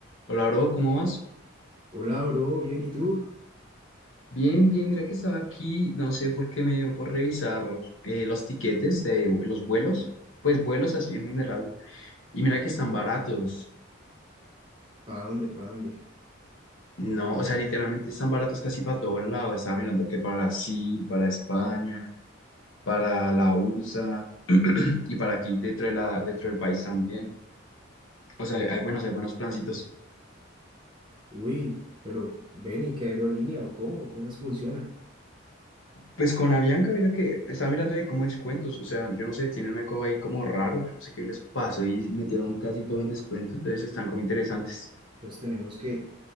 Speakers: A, on the left; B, on the right.
A: Hola, bro, ¿cómo vas?
B: Hola, bro, bien, ¿y tú?
A: Bien, bien, mira que estaba aquí, no sé por qué me dio por revisar eh, los tiquetes de los vuelos, pues vuelos así en general, y mira que están baratos.
B: ¿Para dónde? ¿Para dónde?
A: No, o sea, literalmente están baratos casi para todos lados. Estaba mirando que para Brasil, para España, para la USA y para aquí dentro de la, dentro del país también. O sea,
B: Eh,
A: hay buenos, hay buenos plancitos.
B: uy, pero ven y qué aerolínea o cómo, cómo es funciona.
A: Pues con Avianca, mira que estaba mirando de cómo descuentos, o sea, yo no sé, tienen algo ahí como raro, yo no sé qué les pasó y metieron casi todo en descuento, entonces están como interesantes.
B: Entonces tenemos que,